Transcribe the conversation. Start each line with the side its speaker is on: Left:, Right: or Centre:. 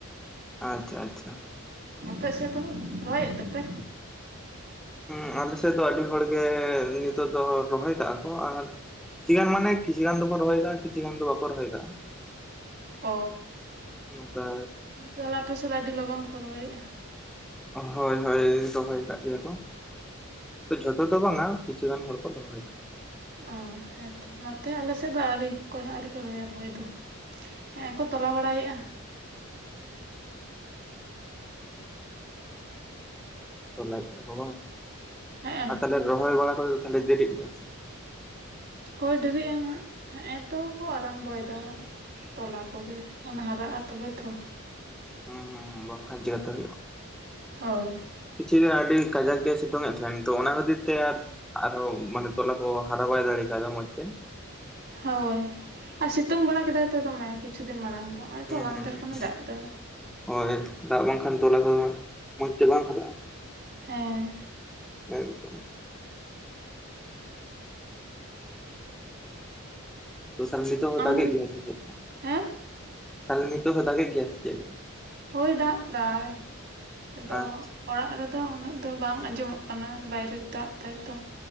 Centre: ᱟᱪᱪᱷᱟ ᱟᱪᱪᱷᱟ
Right: ᱟᱯᱮ ᱥᱮᱫ ᱦᱚᱸ ᱨᱚᱦᱚᱭᱮᱫ ᱛᱮᱯᱮ
Centre: ᱦᱮᱸ ᱟᱞᱮ ᱥᱮᱫ ᱫᱚ ᱟᱹᱰᱤ ᱦᱚᱲᱜᱮ ᱱᱤᱛᱚᱜ ᱫᱚ ᱨᱚᱦᱚᱭ ᱠᱟᱜᱼᱟ ᱠᱚ ᱟᱨ ᱠᱤᱪᱷᱩ ᱜᱟᱱ ᱢᱟᱱᱮ ᱠᱤᱪᱷᱩ ᱜᱟᱱ ᱫᱚᱠᱚ ᱨᱚᱦᱚᱭ ᱠᱟᱫᱟ ᱟᱨ ᱠᱤᱪᱷᱩ ᱜᱟᱱ ᱫᱚ ᱵᱟᱠᱚ ᱨᱚᱦᱚᱭ ᱠᱟᱫᱟ
Right: ᱚ
Centre: ᱱᱚᱝᱠᱟ
Right: ᱛᱟᱦᱚᱞᱮ ᱟᱯᱮ ᱥᱮᱫ ᱫᱚ ᱟᱹᱰᱤ ᱞᱚᱜᱚᱱ ᱠᱚ ᱨᱚᱦᱚᱭᱼᱟ
Centre: ᱦᱳᱭ ᱦᱳᱭ ᱨᱚᱦᱚᱭ ᱠᱟᱜ ᱜᱮᱭᱟ ᱠᱚ ᱛᱚ ᱡᱷᱚᱛᱚ ᱫᱚ ᱵᱟᱝᱟ ᱠᱤᱪᱷᱩ ᱜᱟᱱ ᱦᱚᱲ ᱠᱚ ᱨᱚᱦᱚᱭᱟ
Right: ᱚ ᱦᱮᱸᱛᱚ ᱱᱚᱛᱮ ᱟᱞᱮ ᱥᱮᱫ ᱫᱚ ᱟᱹᱣᱨᱤ ᱚᱠᱚᱭ ᱦᱚᱸ ᱟᱹᱣᱨᱤ ᱠᱚ ᱨᱚᱦᱚᱭᱟ ᱨᱚᱦᱚᱭ ᱫᱚ ᱦᱮ ᱠᱚ ᱛᱚᱞᱟ ᱵᱟᱲᱟᱭᱮᱫᱼᱟ
Centre: ᱜᱚᱴᱟᱭ ᱟᱠᱚ ᱵᱟᱝ
Right: ᱦᱮᱸᱜᱼᱮ
Centre: ᱟᱨ ᱛᱟᱦᱚᱞᱮ ᱨᱚᱦᱚᱭ ᱵᱟᱲᱟ ᱛᱟᱞᱟ ᱫᱚ ᱛᱟᱦᱚᱞᱮ ᱵᱮᱨᱮᱫᱟ ᱮᱱᱟ ᱥᱮ ᱵᱟᱝ
Right: ᱦᱳᱭ ᱰᱮᱨᱤᱜᱼᱟ ᱦᱟᱜ ᱱᱚᱜ ᱛᱚ ᱠᱚ ᱟᱨᱟᱢ ᱵᱚᱭᱮᱫᱟ ᱛᱚᱞᱟ ᱠᱚᱜᱮ ᱚᱱᱟ ᱦᱟᱨᱟᱜᱼᱟ ᱛᱚᱵᱮ ᱛᱚ
Centre: ᱦᱩᱸ ᱦᱩᱸ ᱵᱟᱝ ᱠᱷᱟᱸᱪ ᱠᱟᱛ ᱦᱩᱭᱩᱜ ᱵᱟᱝ
Right: ᱦᱳᱭ
Centre: ᱠᱤᱪᱤᱜ ᱜᱟᱱ ᱟᱹᱰᱤ ᱠᱟᱡᱟᱠ ᱜᱮ ᱥᱤᱛᱩᱝ ᱮᱫ ᱛᱟᱦᱮᱸᱱ ᱛᱚ ᱚᱱᱟ ᱠᱷᱟᱹᱛᱤᱨ ᱛᱮ ᱟᱨ ᱟᱨᱦᱚᱸ ᱢᱟᱱᱮ ᱛᱚᱞᱟ ᱠᱚ ᱦᱟᱨᱟ ᱵᱟᱲᱟᱭ ᱫᱟᱲᱮ ᱠᱟᱣᱫᱟ ᱢᱚᱸᱡᱽ ᱛᱮ ᱛᱮ
Right: ᱦᱳᱭ ᱟᱨ ᱥᱤᱛᱩᱝ ᱵᱟᱲᱟ ᱠᱮᱫᱟᱭ ᱛᱚ ᱫᱚᱢᱮ ᱠᱤᱪᱷᱩ ᱫᱤᱱ ᱢᱟᱲᱟᱝ ᱟᱫᱚ ᱱᱚᱜᱼᱚᱭ ᱛᱚ
Centre: ᱦᱩᱸ
Right: ᱦᱚᱞᱟ ᱢᱟᱫᱷᱮᱨ
Centre: ᱦᱩᱸ ᱦᱩᱸ
Right: ᱠᱷᱚᱱᱮ ᱫᱟᱜ ᱮᱫᱟ
Centre: ᱦᱳᱭ ᱫᱟᱜ ᱵᱟᱝᱠᱷᱟᱱ ᱛᱚᱞᱟ ᱠᱚ ᱢᱚᱸᱡᱽ ᱛᱮ ᱵᱟᱝ ᱦᱟᱨᱟᱜᱼᱟ
Right: ᱦᱮᱸ
Centre: ᱮᱠ ᱫᱚᱢ ᱛᱚ ᱛᱟᱦᱞᱮ ᱱᱤᱛᱚᱜ ᱦᱚᱭ
Right: ᱟᱢ
Centre: ᱫᱟᱜ ᱮᱫ ᱜᱮᱭᱟᱭ ᱥᱮ ᱪᱮᱫ
Right: ᱦᱮᱸ
Centre: ᱛᱟᱦᱚᱞᱮ ᱱᱤᱛᱚᱜ ᱦᱚᱭ ᱫᱟᱜ ᱮᱫ ᱜᱮᱭᱟᱭ ᱥᱮ ᱪᱮᱫ
Right: ᱦᱳᱭ ᱫᱟᱜ ᱫᱟᱭ ᱟᱫᱚ
Centre: ᱟᱪᱪᱷᱟ
Right: ᱚᱲᱟᱜ ᱨᱮᱫᱚ ᱩᱱᱟᱹᱜ ᱫᱚ ᱵᱟᱝ ᱟᱸᱡᱚᱢᱚᱜ ᱠᱟᱱᱟ ᱵᱟᱭᱨᱮ ᱨᱮ ᱫᱟᱜ ᱫᱟᱭᱛᱚ